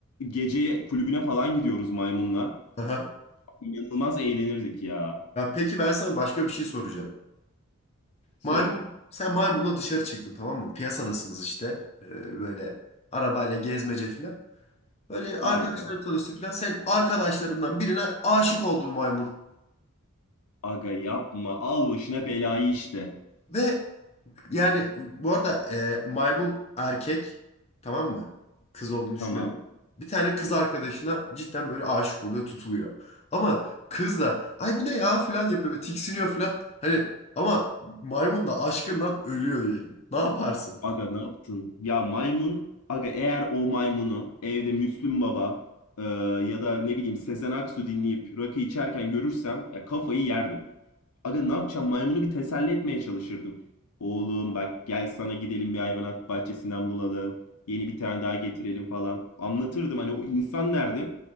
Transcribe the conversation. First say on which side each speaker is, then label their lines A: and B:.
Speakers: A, on the left; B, on the left.
A: gece kulübüne falan gidiyoruz maymunla.
B: Aha.
A: İnanılmaz eğlenirdik ya.
B: Ya peki ben sana başka bir şey soracağım.
A: Sor
B: Maymun,
A: aga.
B: sen maymunla dışarı çıktın tamam mı? Piyasadasınız işte. Ee, böyle arabayla gezmece filan. Böyle arkadaşları
A: Harika.
B: tanıştı filan. Sen arkadaşlarından birine aşık oldu bu maymun.
A: Aga yapma. Al başına belayı işte.
B: Ve yani bu arada e, maymun erkek tamam mı? Kız olduğunu düşünmedim.
A: Tamam.
B: Bir tane kız arkadaşına cidden böyle aşık oluyor, tutuluyor. Ama kız da ay bu ne ya filan yapıyor, böyle tiksiniyor filan. Hani ama maymun da aşkından ölüyor diyelim. Ne yaparsın?
A: Aga ne yaptın? Ya maymun. Aga eğer o maymunu evde Müslüm Baba e, ya da ne bileyim Sezen Aksu dinleyip rakı içerken görürsem ya kafayı yerdim. Aga ne yapacağım? Maymunu bir teselli etmeye çalışırdım. Oğlum bak gel sana gidelim bir hayvanat bahçesinden bulalım. Yeni bir tane daha getirelim falan. Anlatırdım hani o insan nerede?